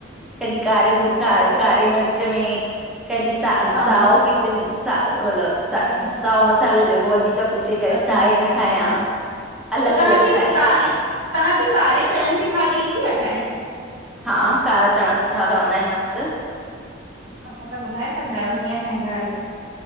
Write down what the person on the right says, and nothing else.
अच्छा
अलॻि अलॻि
तरह
जो
हा
हा
अच्छा
अच्छा
अच्छा
त तव्हांखे
का
तव्हांखे कारे चणन जी भाॼी ईंदी आहे ठाएड़?
अच्छा ता ॿुधाए सघंदा आहियो किअं ठाईंदा आहियो?